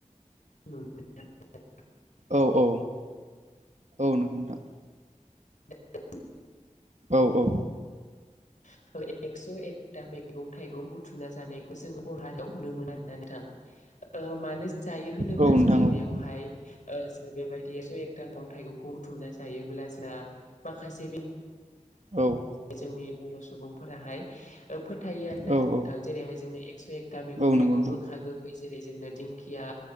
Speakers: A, on the left; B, on the right.
A: <inaudible>
B: औ औ औ नंगौ नोंथां।
A: <inaudible>
B: औ औ।
A: <inaudible> एकस' एकथा मैग- थाइगं बुथु मना जानायखौ जोङो बर' हारियाव नुनो मोनो आरोना नोंथां ।ओ मानो जायो होनोब्ला
B: औ नोंथां
A: जोङो
B: औ
A: बेयाव बहाय ओ जों बायदि एकस' एकथा मैगं- थाइगंखौ बुथुमना जायोब्ला जोंहा माखासे बे
B: औ
A: जोंनि बर' सुबुंफोराहाय ओ फोथायो आरोना
B: औ
A: नोंथां
B: औ
A: जेरैहाय जोंनो एक्स' एक था मैगं
B: औ नंगौ
A: थाइगं
B: नोंथां
A: गोखा गोखै जेरै जोंनो दिंखिया